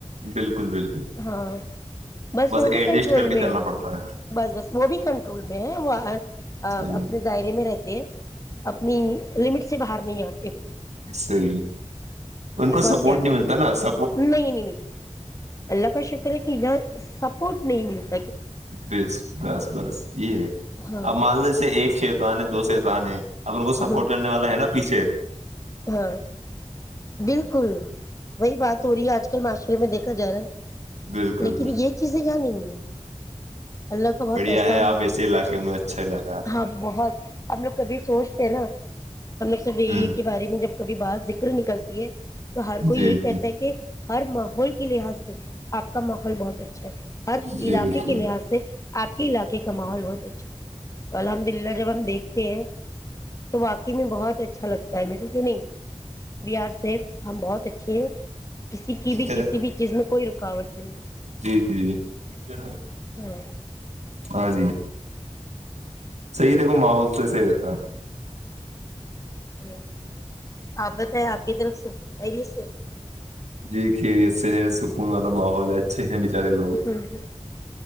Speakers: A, on the right; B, on the left.
A: بالکل
B: <inaudible>
A: بالکل
B: ہاں بس وہ بھی
A: ایڈجسٹ
B: کنٹرول
A: کر کے
B: میں
A: چلنا
B: ہے
A: پڑتا
B: بس بس وہ بھی کنٹرول میں ہے وہ اپنے
A: صحیح
B: دائرے میں رہتے ہیں اپنی لمٹ سے باہر نہیں آتا
A: صحیح ان کو
B: بہت
A: سپورٹ
B: پیارا
A: نہیں ملتا نا س
B: نہیں نہیں نہیں اللہ کا شکر ہے کہ یہاں سپورٹ نہیں نہیںل
A: بس بس بس یہ ہے
B: ہاں
A: اب مان لو جیسے ایک شیتان ہے دو شیتان ہے اب ان کو سپورٹ
B: ہاں
A: کرنے والا ہے نا پیھے
B: ہاں بالکل وہی بات ہو رہی ہے آج کل معاش پھر میں دیکا جا رہا ہے
A: بالکل
B: لیکن
A: بالکل
B: یہ چیزیں نہیں ہیں اللہ کا بہت
A: بڑھیا
B: احسان
A: آپ
B: ہے
A: ایسے علاقے میں اچھا علاقہ ہے آپ
B: ہاں
A: کا
B: بہت ہم لوگ کبھی سوچتے ہیں نا ہم لوگ سبری
A: ہ
B: میں جب کبھی باہر کر نہیں نکلتی ہے تو ہر کوئی
A: جی
B: یہی کہتا
A: جی
B: ہے کہ ہر ماحول لحاظ سے آپ کا ماحول بہت اچھا ہے ہر
A: جی
B: علاقے
A: بالکل
B: کے لحاظ سے آپ کے علاقے کے کا ماحول بہت اچھا تو الحمد للہ جب ہم دیکھتے ہیں تو واقعی میں بہت اچھا لگتا نہیں وی آر سیف ہم بہت اچھے ہیں کسی کی بھی
A: کیا جناب؟
B: کسی بھی چیز میں کوئی رکاوٹ نہیں ہے
A: جی ج
B: ہاں
A: ہاں جی صحیح دیکھو ماحول تو صحیح رہتا ہے
B: جی آپ بتیں آپ کی طرف سے خیریت
A: جی خیریت سے ہے سکون والا ماحول اچھے ہیں ب زدے لوگ
B: ہوں ہ